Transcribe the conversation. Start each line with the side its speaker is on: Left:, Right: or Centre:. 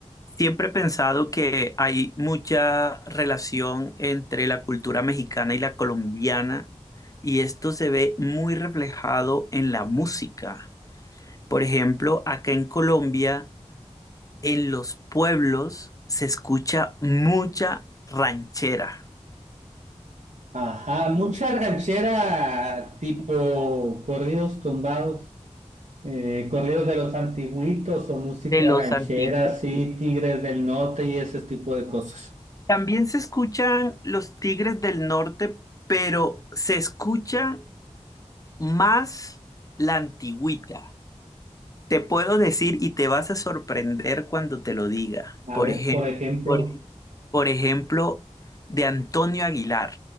Left: Siempre he pensado que hay mucha relación entre la cultura mexicana y la colombiana, y esto se ve muy reflejado en la música. Por ejemplo, acá en Colombia, en los pueblos se escucha mucha ranchera
Right: Ajá, mucha ranchera tipo corridos tumbados, eh, corridos de los antiguitos o música
Left: de los
Right: ranchera,
Left: antiguos.
Right: sí, Tigres del Norte y ese tipo de cosas.
Left: También se escuchan los Tigres del Norte, pero se escucha más la antigüita. Te puedo decir y te vas a sorprender cuando te lo diga.
Right: A
Left: Por
Right: ver,
Left: ejemplo,
Right: por ejemplo.
Left: por, por ejemplo, de Antonio Aguilar,